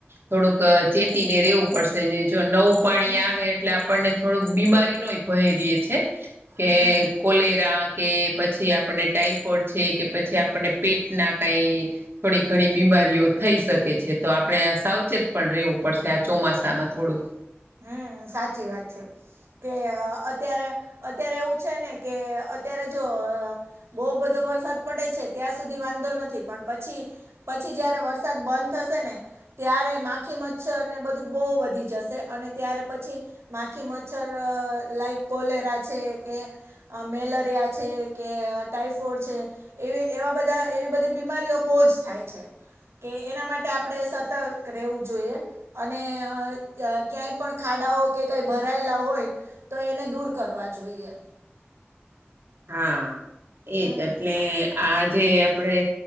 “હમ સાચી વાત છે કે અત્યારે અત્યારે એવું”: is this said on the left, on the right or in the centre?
Right